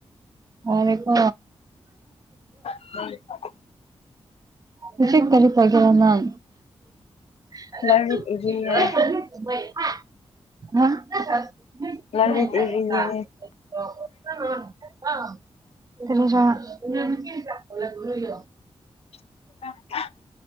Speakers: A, on the right (about 35°); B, on the left (about 65°).
A: ꯍꯥꯎꯔꯦꯀꯣ
B: <unintelligible>
A: ꯍꯧꯖꯤꯛ ꯀꯔꯤ ꯇꯧꯗꫭꯏꯅꫭ ꯅꯪ <unintelligible>
B: ꯂꯥꯏꯔꯤꯛ ꯏꯔꯤꯌꯦ
A: <unintelligible>
B: ꯂꯥꯏꯔꯤꯛ ꯏꯔꯤꯌꯦ
A: <unintelligible>
B: <unintelligible>